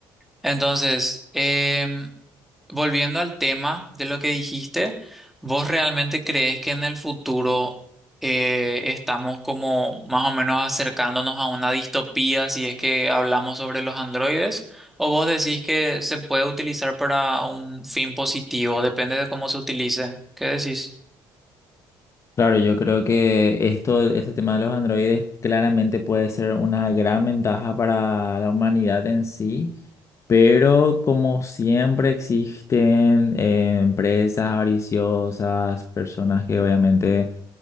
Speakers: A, in the centre; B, on the left (about 35°).
A: Entonces, em, Volviendo al tema de lo que dijiste, ¿vos realmente crees que en el futuro eh, estamos como más o menos acercándonos a una distopía si es que hablamos sobre los androides? ¿O vos decís que se puede utilizar para un fin positivo? Depende de cómo se utilice. ¿Qué decís?
B: Claro, yo creo que esto, este tema de los androides claramente puede ser una gran ventaja para la humanidad en sí, pero como siempre existen eh, empresas avariciosas, personas que obviamente